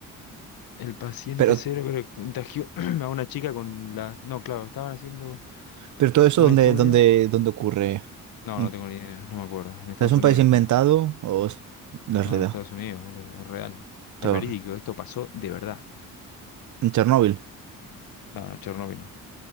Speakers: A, on the left; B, on the right.
A: el paciente
B: Pero,
A: cero creo que contagió <clears throat> a una chica con la... No, claro, estaban haciendo
B: pero todo eso,
A: un
B: ¿dónde,
A: estudio.
B: dónde, dónde ocurre?
A: No,
B: ¿En-
A: no tengo ni idea, no me acuerdo, en Estados
B: ¿Es un
A: Unidos,
B: país inventado
A: pero...
B: o es de
A: No,
B: realidad?
A: en Estados Unidos, boludo, es real.
B: Todo
A: Es verídico, esto pasó de verdad.
B: ¿En Chernóbil?
A: No, no, Chernóbil no.